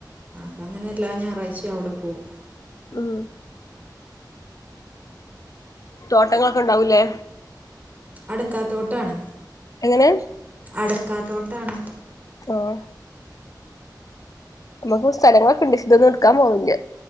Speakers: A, on the right; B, on the left.
A: പ്പങ്ങനെല്ലാ ഞായറഴ്ച്ചെ അവിടെ പോവും.
B: ഉം. തോട്ടങ്ങളൊക്കെ ഇണ്ടാവൂലേ?
A: അടക്കാത്തോട്ടാണ്.
B: എങ്ങനെ?
A: അടക്കാത്തോട്ടാണ്.
B: ആഹ്. നമുക്ക് സ്ഥലങ്ങളൊക്കെണ്ട് ക്ഷേ ഒന്നു എടുക്കാൻ പോകൂല്ല.